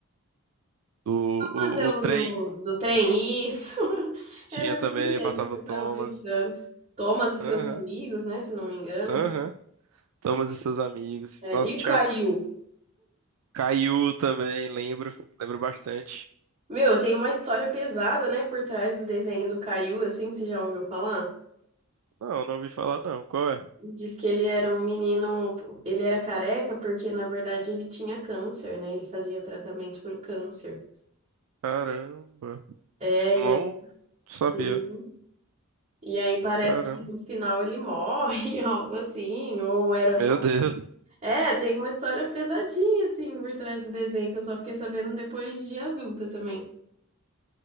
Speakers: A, on the right (about 80°); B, on the right (about 30°).
A: o,
B: Mas é o
A: o, o trem.
B: do, do trem, isso. <laughs>
A: Tinha
B: Era
A: também,
B: ele mesmo
A: passava
B: que eu
A: o Thomas.
B: tava pensando. Thomas e seus
A: Aham.
B: amigos, né? Se não me engano.
A: Aham. Thomas e seus amigos.
B: É,
A: Nossa,
B: e o
A: tinha
B: Caio?
A: Caillou também, lembro, lembro bastante.
B: Meu, tem uma história pesada, né? Por trás do desenho do Caio, assim, você já ouviu falar?
A: Não, não ouvi falar não. Qual é?
B: Diz que ele era um menino, ele era careca porque, na verdade, ele tinha câncer, né? Ele fazia tratamento pro câncer.
A: Caramba.
B: É,
A: Não
B: e aí, sim.
A: sabia.
B: E aí parece
A: Caramba.
B: que no final ele morre, <laughs> algo assim, ou era só.
A: Meu
B: um
A: Deus.
B: É, tem uma história pesadinha, assim, por trás do desenho, que eu só fiquei sabendo depois de adulta também.